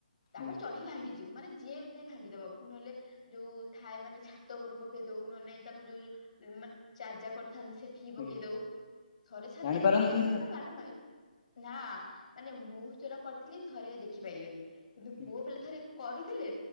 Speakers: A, on the left; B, on the left.
A: ତାପରେ
B: ଆଜ୍ଞା
A: ଚଢିକି ଭାଙ୍ଗିଯି ଯ ମାନେ ଯିଏ ନାଇଁ ଭାଙ୍ଗିଦବ ଫୁନଲେ ଯୋଉ ଥାଏ ମାନେ ଛା ତରୁ ପକେଇ ଦଉ ନ ନାଇଁ ତାଙ୍କୁ ଯୋଉ ଯୋଉ ମାନେ ଚାଜା କରିଥାନ୍ତି ସେ ଠିକି ପକେଇ
B: ଆଜ୍ଞା
A: ଦଉ ଥରେ ସାର୍
B: ଜାଣିପାରନ୍ତିନି
A: ଦେଖିଦିଲେ ଏମିତିଆ
B: ସାର୍
A: ମାଡ ମାଇ ନା ମାନେ ମୁଁ ଯୋରା କରିଥିଲି ଥରେ ଦେଖିପାଇଲେ ନି କିନ୍ତୁ
B: ଆଜ୍ଞା
A: ପୁଅ ପିଲା ଥରେ କରୁଥିଲେ